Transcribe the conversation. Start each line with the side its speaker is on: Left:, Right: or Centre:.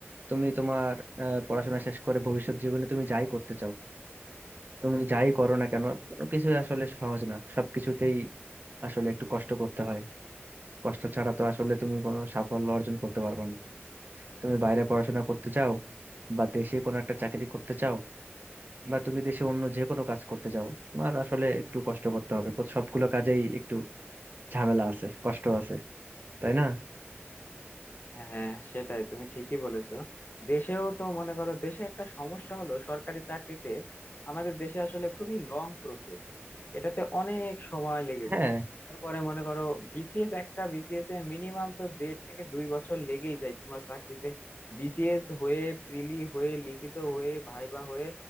Right: তুমি তোমার আহ, পড়াশোনা শেষ করে ভবিষ্যৎ জীবনে তুমি যাই করতে চাও তুমি যাই করো না কেন কোনো কিছু আসলে সহজ না সবকিছুতেই আসলে একটু কষ্ট করতে হয় কষ্ট ছাড়া তো আসলে তুমি কোনো সাফল্য অর্জন করতে পারবে না তুমি বাইরে পড়াশোনা করতে চাও বা দেশে কোনো একটা চাকরি করতে চাও বা তুমি দেশে অন্য যে কোনো কাজ করতে চাও তোমার আসলে একটু কষ্ট করতে হবে প্রত- সবগুলো কাজেই একটু ঝামেলা আছে কষ্ট আছে তাই না
Left: হ্যাঁ সেটাই তুমি ঠিকই বলেছো দেশেও তো মনে করো দেশে একটা সমস্যা হলো সরকারি চাকরিতে আমাদের দেশে আসলে খুবই লং প্রসেস এটাতে অনেক সময় লেগে
Right: হ্যাঁ
Left: যায় তারপরে মনে করো বিসিএস একটা বিসিএস এ মিনিমাম তো দেড় থেকে দুই বছর লেগেই যায় তোমার চাকরিতে বিসিএস হয়ে প্রিলি হয়ে লিখিত হয়ে ভাইবা হয়ে